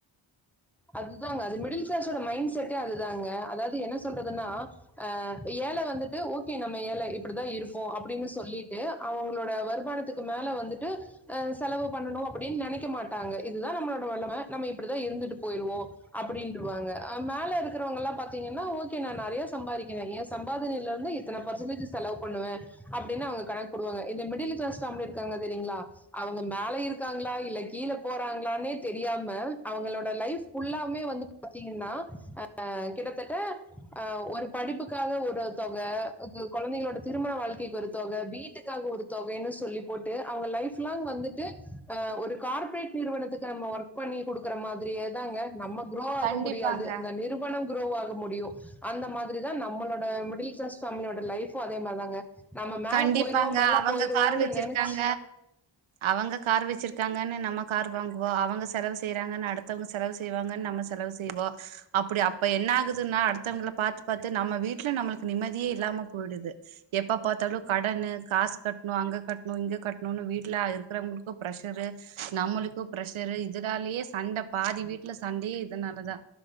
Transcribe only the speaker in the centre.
அதுதாங்க அது மிடில் கிளாஸோட மைண்ட் செட்டே அதுதாங்க அதாவது என்ன சொல்றதுனா அ ஏழ வந்துட்டு ஓகே நம்ம ஏழ இப்படிதா இருப்போம் அப்டின்னு சொல்லிட்டு அவுங்களோட வருமானத்துக்கு மேல வந்துட்டு அ செலவு பண்ணணு அப்டின்னு நெனைக்க மாட்டாங்க இதுதா நம்மளோட நெலம நம்ம இப்டிதா இருந்துட்டு போயிருவோ அப்டின்றுவாங்க அ மேல இருக்கிறவங்கள்ளா பாத்தீங்கனா ஓகே நா நெறைய சம்பாதிக்கிறே ஏ சம்பாதனையில இருந்து இத்தன பர்சன்டேஜ் செலவு பண்ணுவே அப்டின்னு அவுங்க கணக்குபோடுவாங்க இந்த மிடில் கிளாஸ் ஃபேம்லி இருக்காங்க தெரியுங்ளா அவுங்க மேல இருக்காங்ளா இல்ல கீழ போறாங்ளானே தெரியாம அவுங்களோட லைஃப் ஃபுல்லாவ்மே வந்து பாத்தீங்கனா அ கிட்டத்தட்ட அ ஒரு படிப்புக்காக ஒரு தொக குழந்தைங்களோட திருமண வாழ்க்கைக்கு ஒரு தொக வீட் க்காக ஒரு தொகைன்னு சொல்லி போட்டு அவங்க லைப் லாங் வந்துட்டு ஒரு கார்ப்ரேட் நிறுவனத்துக்கு நம்ம ஒர்க் பண்ணி குடுக்குற மாதிரியே தாங்க நம்ம குரோ ஆக
முடியாது அந்த நிரு வனு க்ரோ ஆக முடியு அந்த மாதிரி தா நம்மளோட மிடில் க்ளாஸ் ஃபேமிலியோட லைஃபு அதே மார் தாங்க நம்ம மேல
போயிருவோ மேல
போயிடுவோன்னு
நெனச்